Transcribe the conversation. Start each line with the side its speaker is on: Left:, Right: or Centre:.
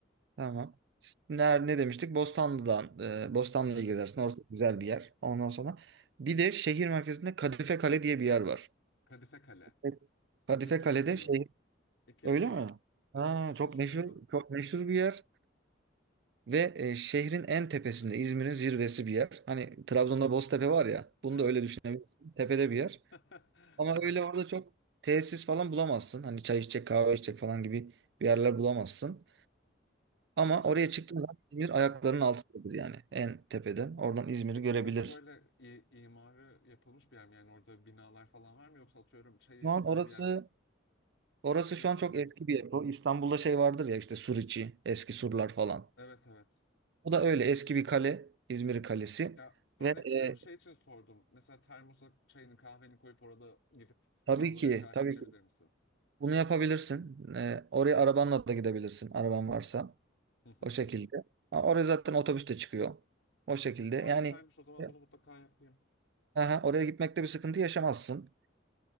Right: Tamam. Ne, er, ne demiştik? Bostanlı'dan. E, Bostanlı'ya
Left: Evet.
Right: gidersin. Orası güzel bir yer. Ondan sonra bir de şehir merkezinde Kadife Kale diye bir yer var.
Left: Kadife Kale.
Right: Evet. Kadife
Left: İlk kez
Right: Kale'de
Left: duyuyorum.
Right: şey
Left: İlk kez
Right: öyle
Left: duyuyorum.
Right: mi?
Left: Evet
Right: Ha,
Left: evet
Right: çok
Left: hiç
Right: meşhur
Left: duymadım.
Right: çok meşhur bir yer. Ve e, şehrin en tepesinde İzmir'in zirvesi bir yer. Hani Trabzon'da Boztepe var ya. Bunu
Left: Evet.
Right: da öyle düşünebilirsin. Tepede
Left: Ah.
Right: bir yer.
Left: <laughs>
Right: Ama
Left: Evet.
Right: öyle orada çok tesis falan bulamazsın. Hani çay içecek, kahve içecek falan gibi bir yerler bulamazsın. Ama
Left: Peki şey
Right: oraya çıktığın zaman İzmir ayaklarının
Left: ha,
Right: altındadır yani. En tepeden. Oradan İzmir'i
Left: peki
Right: görebilirsin.
Left: orası böyle i- imarı yapılmış bir yer mi? Yani orada binalar falan var mı yoksa atıyorum çay içmen
Right: Şu an orası
Left: bir yer mi?
Right: orası
Left: Şey
Right: şu
Left: yapabilir
Right: an çok eski
Left: misin?
Right: bir yapı. İstanbul'da şey vardır ya işte sur içi, eski surlar falan.
Left: Evet evet.
Right: Bu da öyle eski bir kale, İzmir Kalesi
Left: Ya örnek
Right: ve
Left: veriyorum
Right: e,
Left: şey için sordum. Mesela termosa çayını kahveni koyup orada gidip
Right: tabii
Left: manzaraya
Right: ki
Left: karşı
Right: tabii
Left: içebilir
Right: ki
Left: misin?
Right: Bunu yapabilirsin. Ee, oraya arabanla da gidebilirsin, araban varsa.
Left: Hı hı.
Right: O şekilde. Ha, Oraya zaten otobüs de çıkıyor. O şekilde.
Left: E, harikaymış
Right: Yani
Left: o zaman
Right: e,
Left: bunu mutlaka yapayım.
Right: aha, oraya gitmekte bir sıkıntı yaşamazsın.